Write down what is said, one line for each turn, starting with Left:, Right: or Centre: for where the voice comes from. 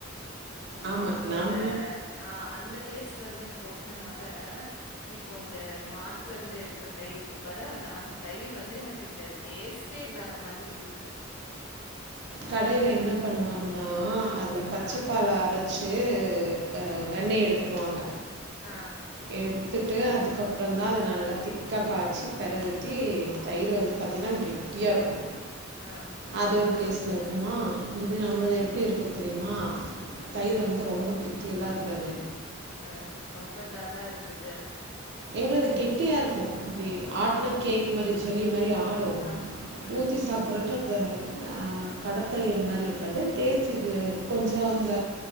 Right: ஆமாம்
Left: இப்போ
Right: நம்
Left: அந்த ஆஹ் அந்த டேஸ்ட் வந்து எனக்கு ஒட்டுனதுனால இப்போ இந்த மாட்டுல இருந்து எடுக்கிற தயிரு இருக்கு பாரு அந்த அந்த தயிர் வந்து எனக்கு டேஸ்ட்டே இல்லாத மாதிரி இருக்குது
Right: கடையில என்ன பண்ணுவாங்கன்னா அதுல பச்சைப்பாலம்
Left: ஆ,
Right: அரைச் சே ஹ வெண்ணய எடுக்க வாங்க
Left: ஆஹ்
Right: எடுத்துட்டு அதுக்கப்புறம் தான் அதை நல்லா திக்கா காய்ச்சி பெர ஊத்தி தயிர் வந்து பாத்தீனா கெட்டியா இருக்கும்
Left: ஆ,
Right: அது ஒரு டேஸ்ட் லைப்போ மா இது நம்மளது
Left: ம்,
Right: எப்டி இருக்க தெரியுமா தயிர் வந்து ரொம்ப கெட்டி பட்டி எல்லாம் இருக்காது
Left: ஆஹல்ல ரொம்ப தத் இதான் இருக்குது
Right: எங்களது கெட்டியாக இருக்கும் அப்புடி
Left: ஆ,
Right: ஆட்ன கேக் மரி ஜல்லி மரி ஆடுவோம்
Left: ஆ, ம்,
Right: ஊற்றி சாப்பிடறக்க இந்த கட தயிறு மாதிரி இருக்காது தேச்சிது
Left: ம்,
Right: கொஞ்சம் அந்த